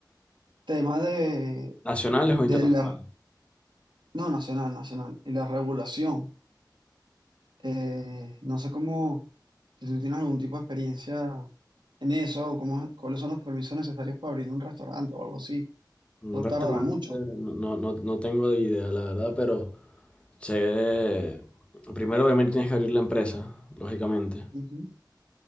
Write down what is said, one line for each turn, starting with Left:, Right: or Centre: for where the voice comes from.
Right: Tema de,
Left: ¿Nacionales
Right: de
Left: o internacionales?
Right: la, no, nacional, nacional, y la regulación. Eh, no sé cómo, si tú tienes algún tipo de experiencia en eso, cómo, cuáles son los permisos necesarios para abrir un restaurante o algo así.
Left: Un
Right: No
Left: restaurante,
Right: tardará mucho.
Left: no, no, no no tengo de idea, la verdad, pero sé de- Primero obviamente tienes que abrir la empresa, lógicamente.
Right: Ujú.